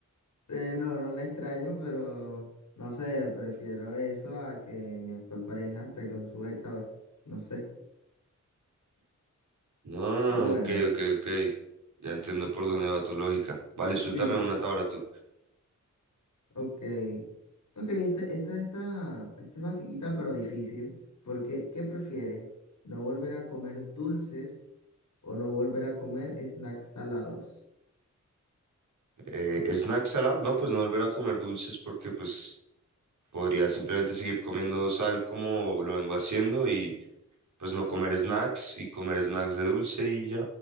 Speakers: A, on the left; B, on the right.
A: Eh, no, no la extraño, pero no sé, prefiero eso a que mi actual pareja esté con su ex, ¿sabes? No sé.
B: No,
A: Bueno,
B: ok, ok, ok. Ya entiendo por dónde va tu lógica. Vale, suéltame
A: sí,
B: una ahora tú.
A: Ok, ok, esta, esta, esta, esta es basiquita pero difícil, porque ¿qué prefieres? ¿No volver a comer dulces o no volver a comer snacks salados?
B: Eh, ¿snacks salados? No, pues no volver a comer dulces porque pues podría simplemente seguir comiendo sal como lo vengo haciendo y pues no comer snacks y comer snacks de dulce y ya.